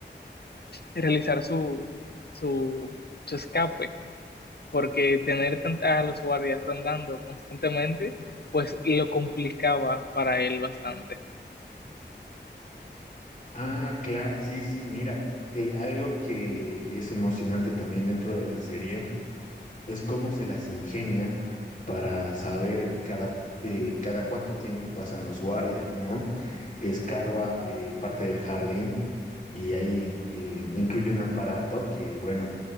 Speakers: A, on the left (about 60°); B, on the left (about 45°).
A: realizar su, su, su escape, porque tener tan- a los guardias rondando constantemente, pues lo complicaba para él bastante.
B: Ah, claro, sí, sí, mira, eh, algo que es emocionante también dentro de la serie es cómo se las ingenia para saber cada, eh, cada cuánto tiempo pasan los guardias, ¿no? Escarba eh, parte del jardín y ahí eh, incluye un aparato que, bueno,